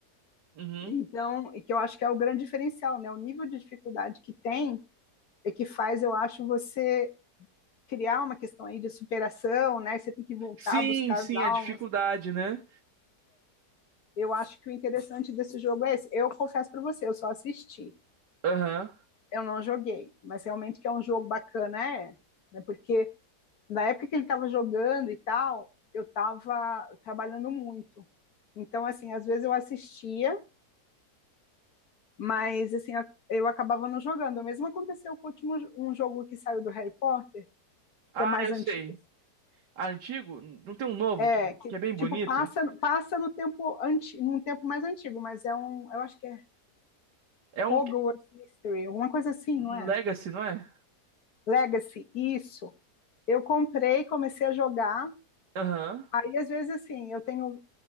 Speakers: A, on the right (about 85°); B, on the left (about 65°).
A: Uhum.
B: Então, e que eu acho que é o grande diferencial, né? O nível de dificuldade que tem é que faz, eu acho, você criar uma questão aí de superação, né? Você tem que voltar
A: Sim,
B: a buscar
A: sim,
B: as almas.
A: a dificuldade, né?
B: Eu acho que o interessante desse jogo é esse. Eu confesso para você, eu só assisti,
A: Aham.
B: eu não joguei, mas realmente que é um jogo bacana, é, né? Porque na época que ele estava jogando e tal, eu estava trabalhando muito. Então, assim, às vezes eu assistia, mas assim, a- eu acabava não jogando. O mesmo aconteceu com o último um jogo que saiu do Harry Potter,
A: Ah,
B: que é mais
A: eu
B: antigo
A: sei. Ah, antigo? Não tem um novo
B: É,
A: que,
B: que
A: que é bem bonito?
B: tipo passa passa no tempo anti, num tempo mais antigo, mas é um, eu acho que é
A: É um
B: Hogwarts
A: que-
B: Mystery, alguma coisa assim,
A: um
B: não é?
A: Legacy, não é?
B: Legacy, isso. Eu comprei, comecei a jogar.
A: Aham,
B: Aí às vezes assim, eu tenho